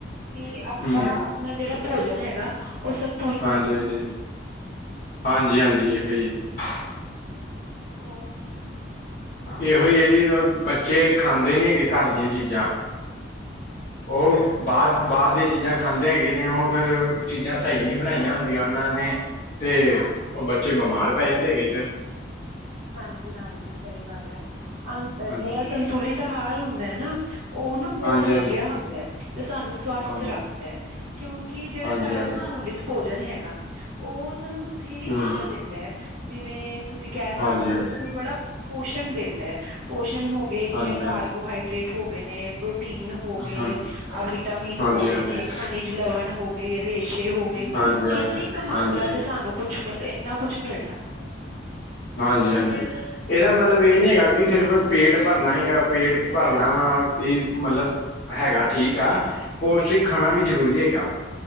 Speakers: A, on the right (about 40°); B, on the left (about 45°).
A: ਕਿ
B: ਹਾਂਜੀ
A: ਆਪਾਂ। ਨਾ ਜਿਹੜਾ ਭੋਜਨ ਹੈਗਾ ਉਹ ਸਾਨੂੰ।
B: ਹਾਂਜੀ ਹਾਂਜੀ ਹਾਂਜੀ ਹਾਂਜੀ ਇਹੋ ਹੀ ਹੈ।
A: ਹੋਰ। ਤੁਸੀਂ
B: ਇਹੋ
A: ਦੱਸੋ
B: ਹੀ ਹੈ ਜੀ ਬੱਚੇ ਖਾਂਦੇ ਨੀ ਹੈਗੇ ਘਰ ਦੀਆਂ ਚੀਜ਼ਾਂ। ਉਹ
A: ਹਾਂਜੀ
B: ਬਾਹਰ ਬਾਹਰ ਦੀਆਂ ਚੀਜ਼ਾਂ। ਚੀਜ਼ਾਂ ਖਾਂਦੇ ਹੈਗੇ ਨੇ ਉਹ ਫਿਰ ਚੀਜ਼ਾਂ ਸਹੀ ਨਹੀਂ ਬਣਾਈਆਂ ਹੁੰਦੀਆਂ ਉਹਨਾਂ ਨੇ। ਤੇ ਉਹ ਬੱਚੇ ਬਿਮਾਰ ਪੈ ਜਾਂਦੇ ਹੈਗੇ ਫਿਰ।
A: ਹਾਂਜੀ ਹਾਂਜੀ ਸਹੀ ਗੱਲ ਹੈ ਅ
B: ਹਾਂਜੀ
A: ਜਿਹੜਾ ਸੰਤੁਲਿਤ ਆਹਾਰ ਹੁੰਦਾ ਹੈ ਨਾ। ਉਹ ਨਾ ਬਹੁਤ
B: ਹਾਂਜੀ
A: ਵਧੀਆ
B: ਹਾਂਜੀ
A: ਹੁੰਦਾ ਤੇ ਸਾਨੂੰ ਸਵਸਥ
B: ਹਾਂਜੀ
A: ਰੱਖਦਾ ਹੈ। ਕਿਉਂਕਿ ਜਿਹੜਾ
B: ਹਾਂਜੀ
A: ਸਾਡਾ
B: ਹਾਂਜੀ
A: ਸੰਤੁਲਿਤ। ਭੋਜਨ ਹੈਗਾ ਉਹ ਸਾਨੂੰ ਬਥੇਰੀ
B: ਹੂੰ
A: ਚੀਜ਼ਾਂ ਦਿੰਦਾ ਹੈ ਜਿਵੇਂ ਤੁਸੀਂ ਕਹਿ।
B: ਹਾਂਜੀ
A: ਸਕਦੇ
B: ਹਾਂਜੀ
A: ਹੋ ਸਾਨੂੰ ਬੜਾ ਪੋਸ਼ਣ ਦਿੰਦਾ ਹੈ ਪੋਸ਼ਣ ਹੋ ਗਏ ਜਿਵੇਂ
B: ਹਾਂਜੀ
A: ਕਾਰਬੋਹਾਈਡਰੇਟ। ਹੋ ਗਏ ਨੇ। ਪ੍ਰੋਟੀਨ ਹੋ ਗਏ
B: ਹਾਂਜੀ ਹਾਂ
A: ਆ ਵਿਟਾਮਿਨ
B: ਹਾਂਜੀ
A: ਹੋ
B: ਹਾਂਜੀ ਹਾਂਜੀ
A: ਗਏ ਨੇ ਖਣਿਜ ਲਵਣ ਹੋ ਗਏ ਰੇਸ਼ੇ ਹੋ ਗਏ।
B: ਹਾਂਜੀ
A: ਕਿੰਨੀ
B: ਹਾਂਜੀ
A: ਕੁ ਮਾਤਰਾ
B: ਹਾਂਜੀ
A: ਚ ਸਾਨੂੰ ਕੁਛ ਮ ਇੰਨਾ ਕੁਛ ਮਿਲ ਸਕਦਾ ਹਨਾ।
B: ਹਾਂਜੀ ਹਾਂਜੀ। ਇਹਦਾ ਮਤਲਬ ਇਹ ਨੀ ਹੈਗਾ ਕਿ ਸਿਰਫ਼ ਪੇਟ ਭਰਨਾ ਹੀ ਪੇਟ ਭਰਨਾ ਵਾ ਹੀ ਮਤਲਬ। ਹੈਗਾ ਠੀਕ ਆ ਪੋਸਟਿਕ ਖਾਣਾ ਵੀ ਜ਼ਰੂਰੀ ਹੈਗਾ।